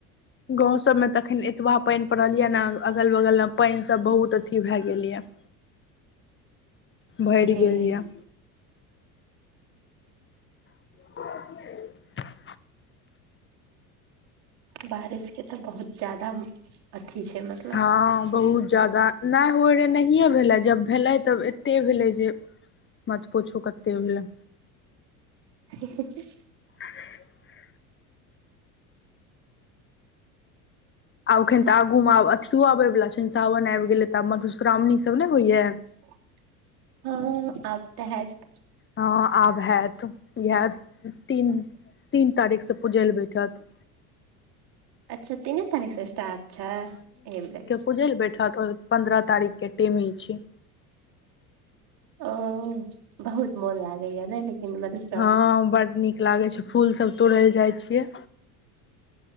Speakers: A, on the left (about 25°); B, on the right (about 55°).
A: गाँव सबमें त एखन एतबा पैन परल या न, अगल बगलमे पैन सब बहुत अथी भा गेल या‌। भरि
B: ले
A: गेल या। <unintelligible>
B: बारिश के त बहुत जादा अथी छै मत
A: हाँ बहुत जादा, नै होइ रहै नहिए भेलै जब भेलै त एते भेलै जे मत पुछु कते भेलै।
B: ही ही
A: ह आब ओखन त आगुमे आब अथियो आबै बला छनि सावन आबि गेलै त आब मधुश्रावणी सभ नै होइया?
B: ह हँ आब त हैत।
A: हँ आब हैत। इएह तीन, तीन तारीख सं पुजै ले बैठत।
B: अच्छा तीने तारीख सं स्टार्ट छै? <unintelligible>
A: पुजै ले बैठत आओर पन्द्रह तारीख के टेमी छी।
B: ओ बहुत मोन लागैया ने लेकिन मधुश
A: हँ बड नीक लागै छै। फूल सब तोरै ले जाइ छियै।